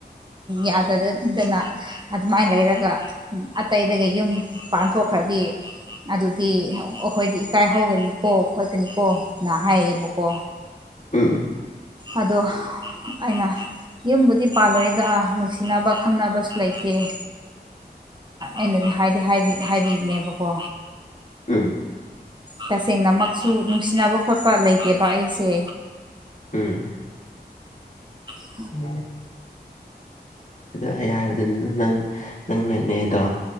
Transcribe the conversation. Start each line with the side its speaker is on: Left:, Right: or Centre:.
Right: ꯌꯥꯗꯦꯗꯅ ꯑꯗꯨꯃꯥꯏꯅ ꯂꯩꯔꯒ ꯑꯇꯩꯗꯒꯤ ꯌꯨꯝ ꯄꯥꯟꯊꯣꯛꯈ꯭ꯔꯗꯤ ꯑꯗꯨꯗꯤ ꯑꯩꯈꯣꯏꯗꯤ ꯏꯀꯥꯏ ꯍꯧꯒꯅꯤꯀꯣ ꯈꯣꯠꯀꯅꯤꯀꯣꯅ ꯍꯥꯏꯌꯦꯕꯀꯣ
Left: ꯎꯝ ꯎꯝ
Right: ꯑꯗꯣ ꯑꯩꯅ ꯌꯨꯝꯕꯨꯗꯤ ꯄꯥꯜꯂꯣꯏꯗ ꯅꯨꯡꯁꯤꯅꯕ ꯈꯪꯅꯕꯁꯨ ꯂꯩꯇꯦ ꯑꯩ ꯑꯩꯅꯗꯤ ꯍꯥꯏꯗꯤ ꯍꯥꯏꯕꯤꯕꯅꯦꯕꯀꯣ
Left: ꯎꯝ
Right: ꯇꯁꯦꯡꯅꯃꯛꯁꯨ ꯅꯨꯡꯁꯤꯅꯕ ꯈꯣꯠꯄ ꯂꯩꯇꯦꯕ ꯑꯩꯁꯦ
Left: ꯎꯝ
Right: ꯎ <inaudible>
Left: ꯎꯝ ꯑꯗꯨ ꯑꯩ ꯍꯥꯏꯕꯗꯨꯅ ꯅꯪ ꯅꯪ ꯅꯪꯅꯦꯗꯣ